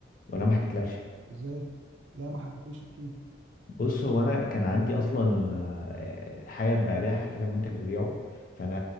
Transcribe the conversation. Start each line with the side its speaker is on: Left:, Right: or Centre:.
Left: ولا ما حكيتلكش
Right: ازاي لا ما حكيتليش احكي لي
Left: بص هو انا كان عندي اصلا آه، حاجه ببيعها كده منتج ببيعه فانا